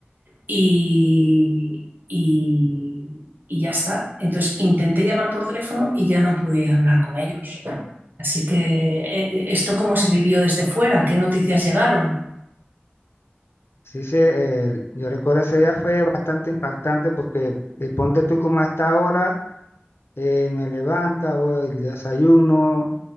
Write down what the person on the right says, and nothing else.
y, y, y ya está. Entonces intenté llamar por teléfono y ya no pude hablar con ellos. Así que, eh, eh, ¿esto cómo se vivió desde fuera? ¿Qué noticias llegaron?